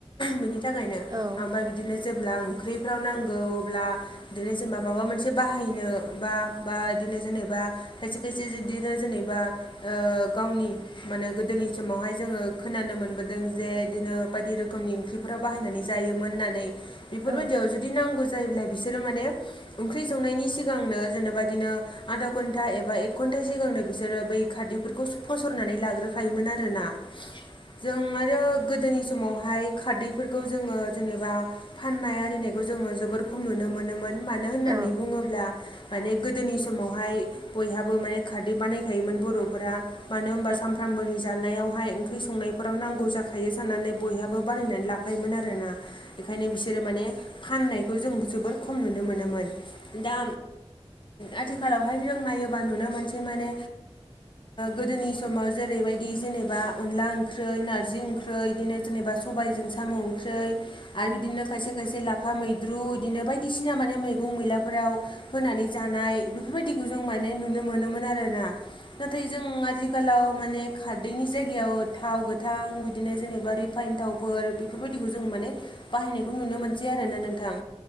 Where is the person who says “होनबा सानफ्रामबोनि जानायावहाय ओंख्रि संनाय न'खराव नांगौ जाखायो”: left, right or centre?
Left